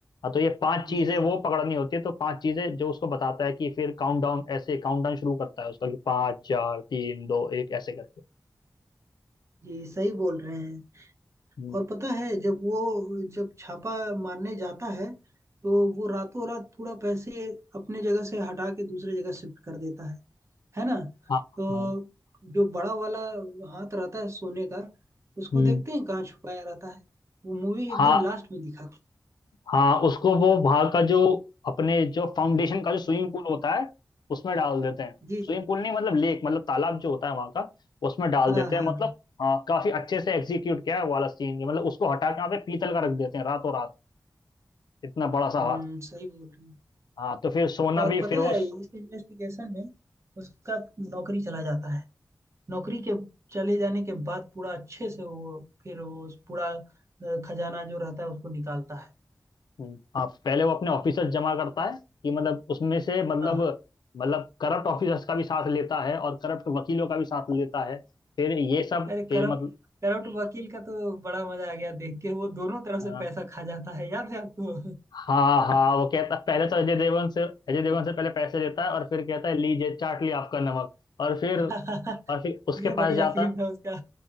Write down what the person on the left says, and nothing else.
हाँ तो ये पांच चीजें
वो पकड़नी होती है तो पांच चीजें जो उसको बताता है कि फिर काउंटडाउन ऐसे काउंटडाउन शुरू करता है उसका कि पांच चार तीन दो एक ऐसे करके
हम्म,
हाँ
हाँ
हम्म
हाँ
हाँ उसको वो वहां का जो अपने जो फाउंडेशन का जो स्विमिंग
पूल होता है उसमें डाल देते हैं
स्विमिंग पूल नहीं मतलब लेक मतलब तालाब जो होता है वहां का उसमें डाल
देते
हैं मतलब
हाँ काफी अच्छे से एग्जीक्यूट किया है वो वाला सीन मतलब उसको हटा के वहां पे पीतल का रख देते हैं रातों रात इतना बड़ा सा
हाथ
हाँ तो फिर सोना
भी फिर
वो
हम्म, हाँ पहले वो अपने ऑफिसर्स जमा करता है कि मतलब उसमें से मतलब
मतलब करप्ट ऑफिसर्स का भी साथ लेता है और करप्ट वकीलों का भी साथ लेता है फिर ये सब
फिर
मतलब
हाँ
हाँ हाँ, वो कहता पहले तो अजय देवगन से अजय देवगन से पहले पैसे लेता है और फिर कहता है लीजिए चाट लिया आपका नमक और फिर
और फिर उसके
पास जाता